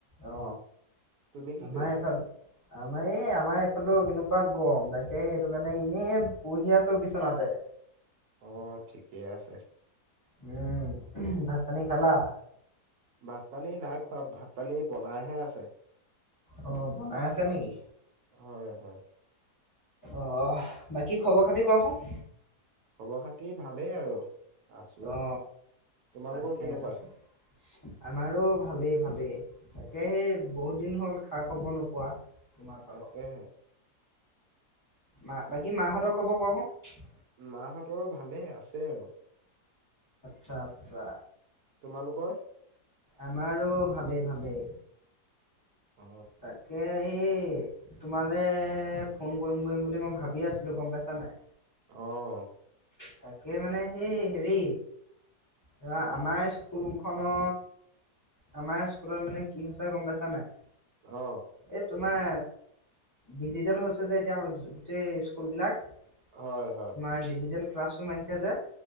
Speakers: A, on the left; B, on the right.
A: অ
B: তুমি কি
A: আমাৰ
B: কৰিছা
A: এইফাল আমাৰ এই আমাৰ এইফালে কেনেকুৱা গৰম তাকে, সেইটো কাৰণে এনেই বহি আছো বিচনাতে।
B: অ ঠিকে আছে।
A: উম ভাত পানী খালা?
B: ভাত পানী নাই খোৱা, ভাত পানী বনাইহে আছে।
A: অ বনাই আছে নেকি?
B: হয় হয়।
A: অ বাকী খবৰ খাতি কচোন।
B: খবৰ খাতি ভালেই আৰু আছো,
A: অ
B: তোমালোকৰ
A: তাকে
B: কেনেকুৱা?
A: তাকে আমাৰো ভালেই ভালেই, তাকে সেই বহুত দিন হ'ল খা-খবৰ নোপোৱা। তোমাৰ ভাগৰ
B: তাকেহে।
A: মা বাকী মাহঁতৰ খবৰ কোৱা চোন।
B: মাহঁতৰ ভালেই আছে আৰু।
A: আচ্ছা আচ্ছা।
B: তোমালোকৰ
A: আমাৰো ভালেই ভালেই।
B: অ
A: তাকে সেই তোমালে ফোন কৰিম কৰিম বুলি মই ভাবিয়ে আছিলোঁ গম পাইছা নাই
B: অ
A: তাকে মানে সেই হেৰি ধৰা আমাৰ স্কুলখনত আমাৰ স্কুলত মানে কি হৈছে গম পাইছা নাই।
B: অ
A: এই তোমাৰ ডিজিটেল হৈছে যে এতিয়া গোটেই স্কুল বিলাক
B: হয় হয়
A: তোমাৰ ডিজিটেল ক্লাছ ৰুম আহিছে যে